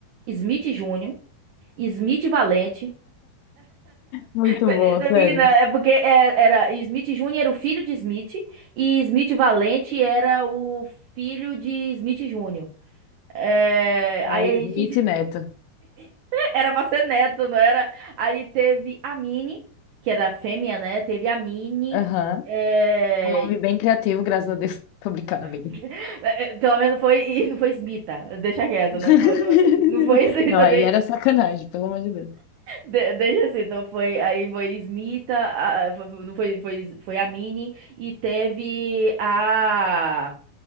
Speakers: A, on the right; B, on the left.
A: Smith Júnior, Smith Valente.
B: Muito
A: É
B: bom,
A: é, daí
B: sério.
A: né É porque é- era Smith Jr. era o filho de Smith e Smith Valente era o filho de Smith Jr. É,
B: É
A: aí a gente
B: Smith Neto.
A: <laughs> era pra ser neto, não era? Aí teve a Minnie, que era fêmea, né? Teve a Minnie.
B: Aham.
A: é,
B: Um nome bem criativo, graças a Deus. <laughs> Tô brincando, amiga.
A: <laughs> é, Pelo menos não foi, <laughs> e não foi Smita, deixa quieto,
B: <laughs>
A: não foi, não, não foi <laughs> Smita.
B: Não, aí era sacanagem, pelo amor de Deus.
A: De- deixa assim, então foi, aí foi Smita, a- fo- fo- não foi, foi, foi a Mini e teve a